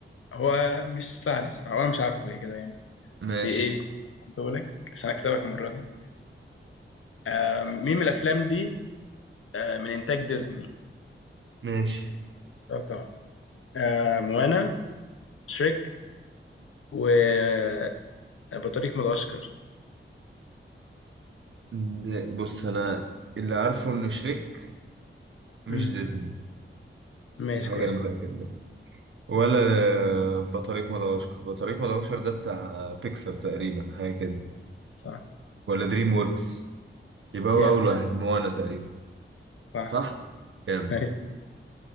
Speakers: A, on the left; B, on the right.
A: هو مش سهل الصراحة أنا مش عارفه إيه كده يعني
B: ماشي
A: بس إيه هديهولك عشان أكسبك المرة دي آه، مين من الأفلام دي آه، من إنتاج ديزني
B: ماشي
A: ده صعب آه، موانا شريك وبطريق مدغشقر
B: ده- بص انا اللي عارفه ان شريك مش
A: مم.
B: ديزني
A: ماشي
B: دي حاجه
A: كويس
B: انا متاكد ولا بطريق مدغشقر بطريق مدغشقر ده بتاع بيكسر تقريبا حاجة كده
A: صح
B: ولا دريم ووركس يبقى
A: جامد
B: هو أول واحد موانا تقريبا
A: صح
B: صح؟ جامد
A: أيوة.